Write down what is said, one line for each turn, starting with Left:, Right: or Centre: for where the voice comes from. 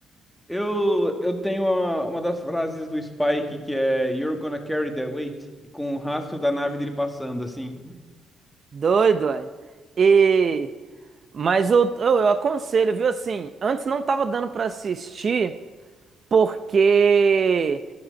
Centre: Eu, eu tenho uma, uma das frases do Spike que é You're gonna carry that weight, e com o rastro da nave dele passando, assim.
Right: Doido, ué. E mas eu, eu, eu aconselho, viu? Assim, antes não tava dando pra assistir, porque